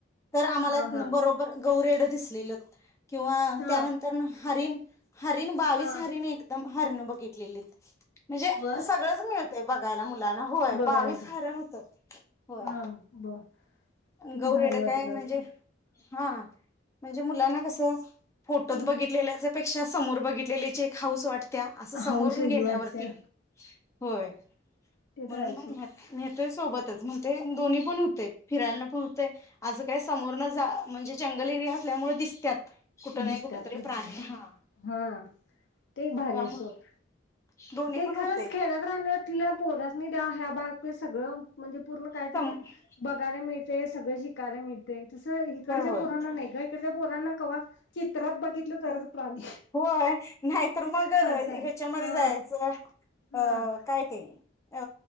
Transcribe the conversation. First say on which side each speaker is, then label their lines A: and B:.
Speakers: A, on the left; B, on the left.
A: तर आम्हाला
B: हा हा
A: बरोबर गौरेड दिसलेलत किंवा
B: हा
A: त्यानंतर हरीण हरीण बावीस
B: हा
A: हरीण एकदम हरणं बघं घेतलेलीत म्हणजे
B: वर
A: सगळंच मिळत ते बघायला मुलाना होय
B: बघायला
A: बावीस हारण होत होय
B: हा ब किती
A: गौरेड
B: भारी वाटत
A: काय म्हणजे
B: असेल
A: हा म्हणजे मुलांना कसं फोटोच
B: ह
A: बघितलेले पेक्षा समोर बघितलेलेचे हाऊस वाटतिया अस समोरून
B: हौस वेगळी
A: गेल्यावरती
B: वाटत्या
A: होय
B: ते
A: म्हणून
B: तर आहे सोड
A: मग ते सोबतच म ते दोन्ही पण होते. फिरायला पुरतंय अस काय समोर न जा म्हणजे जंगल एरिया असल्यामुळे दिसत्यात कुठं नाही
B: दिसत्यात
A: कुठ तरी
B: ग
A: प्राणी हा
B: हा ते
A: त्यामुळे
B: भारीसोड
A: दोन्ही
B: ते
A: पण
B: खरंच
A: होते
B: खेड्यात राहण्यातल्या पोरासनी द्या हा भाग ते सगळं म्हणजे पूर्ण काय
A: होय
B: तरी बघायला मिळत. ते सगळ शिकायला मिळ ते तस इकडच्या
A: होय
B: पोरांना नाही ग इकडच्या पोरांना कवा चित्रात बघितल तरच प्राणी
A: होय नाही तर मग ह्याच्यामध्ये
B: असं आहे हा
A: जायचं अ
B: हा
A: काय ते अ